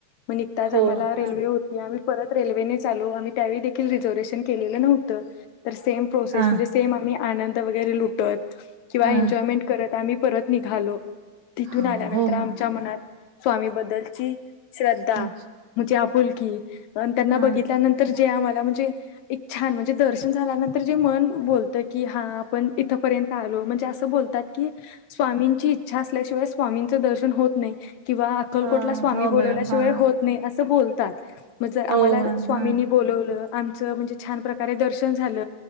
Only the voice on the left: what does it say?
मग निघताच
आम्हाला रेल्वे
होती. आम्ही परत रेल्वेनेच आलो आम्ही. त्यावेळी देखील रिझर्वेशन केलेलं नव्हतं. तर सेम प्रोसेस
म्हणजे सेम आम्ही आनंद वैगेरे लुटत किंवा
एन्जॉयमेंट करत आम्ही परत निघालो. तिथून
आल्यानंतर
आमच्या
मनात स्वामी बद्दलची श्रद्धा
म्हणजे आपुलकी अ त्यांना
बघितल्यानंतर जे आम्हाला म्हणजे एक छान म्हणजे दर्शन झाल्यानंतर जे मन बोलत की हा आपण इथपर्यंत आलो म्हणजे असं बोलतात की स्वामींची इच्छा अस् व स्वामींच दर्शन होत नाही. किंवा अक्कलकोटला
स्वामी
बोलवल्याशिवाय
होत नाही असं बोल तात म जर आम्हाला
स्वामींनी
बोलवलं आमचं म्हणजे छान प्रकारे दर्शन झाल.